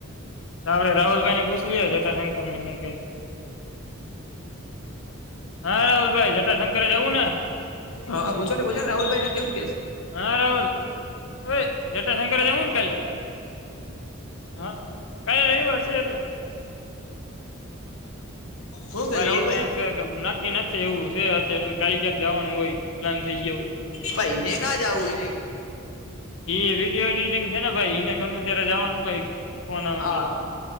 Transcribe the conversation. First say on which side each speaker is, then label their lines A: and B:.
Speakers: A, on the left; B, on the left.
A: આપણે રાહુલભાઈ ને પૂછલી જટાશંકર નું શું કઈ હા રાહુલભાઈ જટાશંકરે જવું ને
B: હા પૂછો ને ને રાહલભાઈ ને કેમ કેસ
A: હા રહુલ હવે જટાશંકરે જવું ને કાલે હા કાલે રવ વર્ષ એટલે
B: હું કે
A: ભાઈ
B: રાહુલભાઈ
A: એ તો એમ ક કે નક્કી નથી એવું છે અત્યારે કાલે ક્યાંક જવાનું હોય પ્લાન થઈ ગયા હો
B: ભાઈને કા જાવું ને
A: એ વિડીયો એડિટિંગ છે ને ભાઈ એને ગમે ત્યારે જવાનું હોય ફોન આવે
B: હા